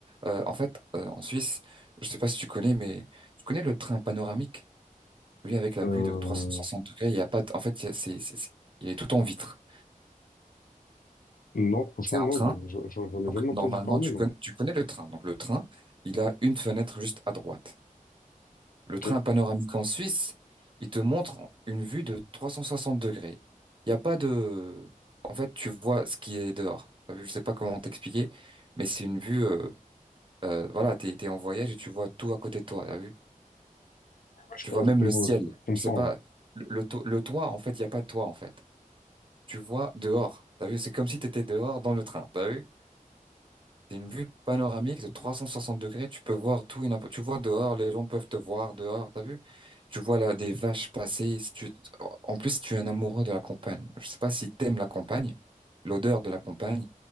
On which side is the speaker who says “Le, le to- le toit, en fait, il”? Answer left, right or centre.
Right